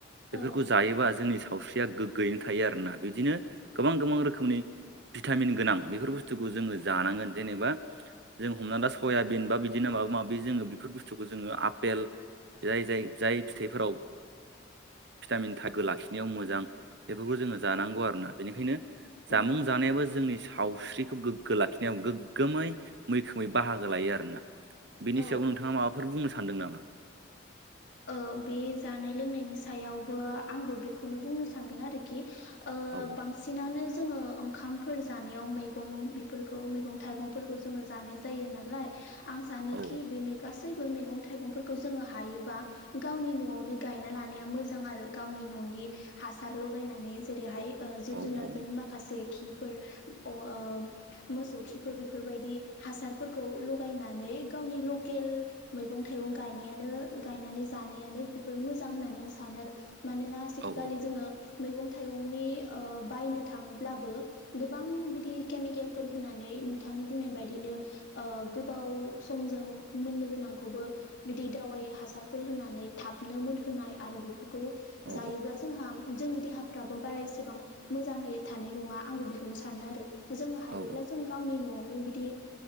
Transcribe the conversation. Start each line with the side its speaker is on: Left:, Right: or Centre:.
Left: औ
Right: बेफोरखौ जायोबा जोंनि सावस्रिया गोग्गोयैनो थायो आरोना बिदिनो गोबां गोबां रोखोमनि भिटामिन गोनां बेफोर बुस्थुखौ जोङो जानांगोन जेनेबा जों हमनानै दा सयाबिन बा बिदिनो माबा माबि जोङो बेफोर बुस्थुखौ जोङो आफपेल जाय जाय जाय फिथाइफोराव भिटामिन थाखागो लाखिनायाव मोजां बेफोरखौ जोङो जानांगौ आरोना बेनिखायनो
Left: औ
Right: जामुं जानायाबो जोंनि सावस्रिखौ गोग्गो लाखिनायाव गोग्गोमै मैखोमै बाहागो लायो आरोना बिनि
Left: औ
Right: सायाव नोंथाङा माबाफोर बुंनो सानदों नामा?
Left: ओ बे जानाय लोंनायनि सायावबो आंबो बेखौनो बुंनो सानगोन आरोखि ओ
Right: औ
Left: बांसिनानो जोङो ओंखामफोर जानायाव मैगं बेफोरखौ मैगं थाइगंफोरखौ जोङो जानाय जायो नालाय आं सानोखि
Right: औ
Left: बे गासैबो मैगं थाइगंफोरखौ जोङो हायोबा गावनि नवावनो गायना लानाया मोजां आरो गावनि न'नि हासार लगायनानै जेरैहाय ओ जिब
Right: औ
Left: जुनारफोरनि
Right: औ
Left: माखासे खिफोर अ ओ मोसौ खिफोर बेफोरबायदि हासारफोरखौ लगायनानै बे गावनि लकेल मैगं थाइगं गायनायानो गायनानै जानायानो बेफोर मोजां होननानै आं सानो आरो मानोना आजिखालि
Right: औ
Left: जोङो मैगं थाइगंनि ओ बायनो थाङोब्लाबो गोबां बिदि केमिकेलफोर होनानै नोंथांनि बुंनाय बायदिनो ओ गोबाव समजों मोननो गोनांखौबो बिदि दावै हासारफोर होनानै थाबनो मोनहोनाय आरो बेफोरखौ
Right: औ
Left: जायोब्ला जोंहा जोंनि देहाफ्राबो बारा एसेबां मोजाङै थानाय नङा आंबो बेखौनो सानो आरो। जों हायोब्ला
Right: औ
Left: जों गावनि न'आव न आवनो बिदि